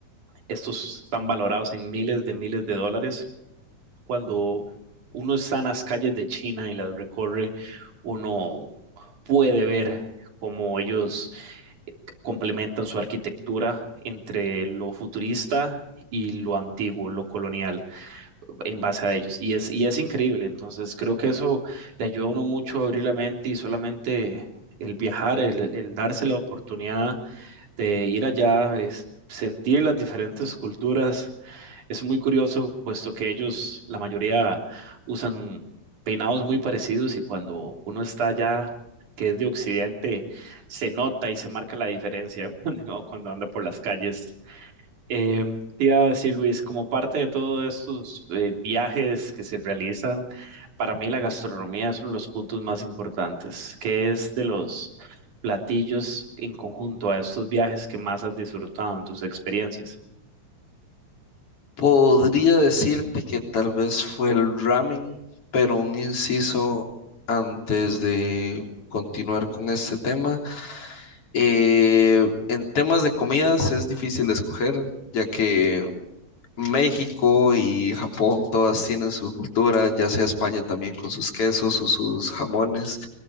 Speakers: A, on the right; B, on the left.
A: Estos están valorados en miles de miles de dólares. Cuando uno está en las calles de China y las recorre, uno puede ver cómo ellos complementan su arquitectura entre lo futurista y lo antiguo, lo colonial, en base a ellos. Y es, y es increíble, entonces creo que eso le ayuda a uno mucho a abrir la mente y solamente el viajar, el, el darse la oportunidad de ir allá, es sentir las diferentes culturas es muy curioso, puesto que ellos, la mayoría, usan peinados muy parecidos y cuando uno está allá, que es de Occidente, se nota y se marca la diferencia <laughs> cuando, cuando anda por las calles. Eh, te iba a decir, Luis, como parte de todos estos eh, viajes que se realizan, para mí la gastronomía es uno de los puntos más importantes, que es de los platillos en conjunto a estos viajes que más has disfrutado en tus experiencias.
B: Podría decirte que tal vez fue el ramen, pero un inciso antes de continuar con este tema. Eh, en temas de comidas es difícil escoger, ya que México y Japón todas tienen su cultura, ya sea España también con sus quesos o sus jamones,